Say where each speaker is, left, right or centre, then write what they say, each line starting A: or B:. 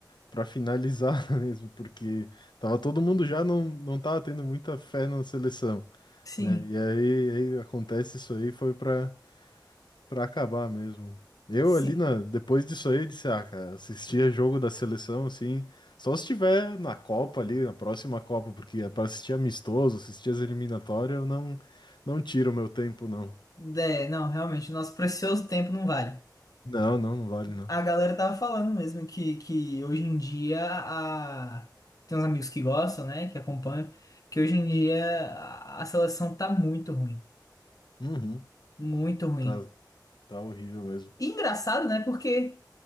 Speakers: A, on the left; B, on the left.
A: para finalizar <laughs> mesmo, porque tava todo mundo já não, não tava tendo muita fé na seleção,
B: Sim.
A: né? E aí, aí acontece isso aí, foi para para acabar mesmo. Eu
B: Sim,
A: ali na depois disso aí eu disse, ah, cara, assistia jogo da seleção assim, só se tiver na Copa ali, na próxima Copa, porque é para assistir amistoso, assistir as eliminatórias, eu não não tiro o meu tempo não.
B: É, não, realmente, nosso precioso tempo não vale.
A: Não, não, não vale não.
B: A galera tava falando mesmo que, que hoje em dia a... tem uns amigos que gostam, né, que acompanham, que hoje em dia a, a seleção tá muito ruim,
A: Uhum,
B: muito ruim.
A: tá tá horrível mesmo,
B: E engraçado, né, porque